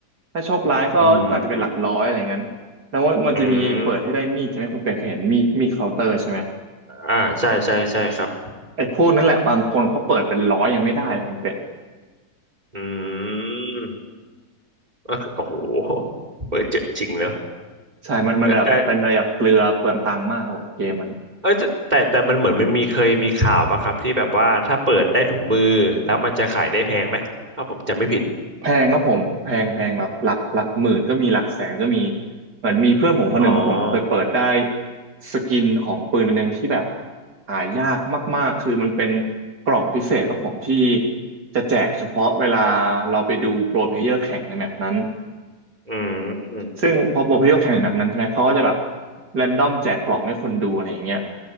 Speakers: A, on the right; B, on the right.
A: ถ้าโชคร้ายก็ก็อาจจะเป็นหลักร้อยอะไรเงี้ย
B: อืมอืม
A: แล้วมันมันจะมีเปิดให้ได้มีดใช่ไหมคุณเป็ดเคยเห็นมีดมีดเคาน์เตอร์ใช่ไหม
B: อืมอ่าใช่ใช่ใช่ครับ
A: ไอ้พวกนั้นแหละบางคนเขาเปิดเป็นร้อยยังไม่ได้เลยคุณเป็ด
B: อืมก็คือโอ้โหเปิดเจอะจริงเนอะ
A: ใช่มันมันแบบเป็นระดับเกลือเปลืองตังค์มากครับผมเกมมัน
B: แต่แต่เอยแต่แต่แต่มันเหมือนมันมีเคยมีข่าวป่ะครับที่แบบว่าถ้าเปิดได้ถุงมือแล้วมันจะขายได้แพงไหมถ้าผมจำไม่ผิด
A: แพงครับผมแพงแพงแบบหลักหลักหมื่นก็มีหลักแสนก็มีเหมือนมีเพื่อนผมคนหนึ่งครับผมเคยเปิดได้
B: อ๋อ
A: สกินของปืนอันหนึงที่แบบหายากมากๆคือมันเป็นกล่องพิเศษครับผมที่จะแจกเฉพาะเวลาเราไปดูโปรเพลเยอร์แข่งในแมปนั้น
B: อืม
A: ซึ่งพอโปรเพลเยอร์แข่งในแมปนั้นใช่ไหมเขาก็จะแบบแรนดอมแจกกล่องให้คนดูอะไรอย่างเงี้ย